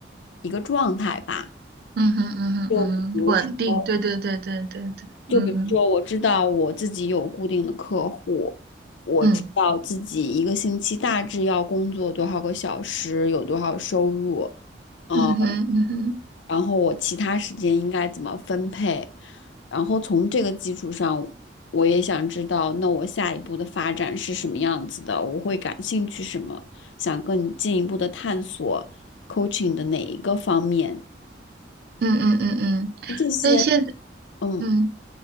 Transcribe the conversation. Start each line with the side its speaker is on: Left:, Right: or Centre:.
Left: 一个状态吧。
Right: 嗯哼，嗯哼，
Left: 就比如说
Right: 嗯哼，稳定，对对对对对对，
Left: 就比如说，
Right: 嗯嗯
Left: 我知道我自己有固定的客户，我知道自己一个星期大致要工作多少个小时，
Right: 嗯。
Left: 有多少收入，呃
Right: 嗯哼，嗯哼，
Left: 然后我其他时间应该怎么分配，然后从这个基础上，我也想知道，那我下一步的发展是什么样子的，我会感兴趣什么，想更进一步的探索 coaching 的哪一个方面，
Right: 嗯嗯嗯嗯，
Left: 就这些。
Right: 但现在，
Left: 嗯。
Right: 嗯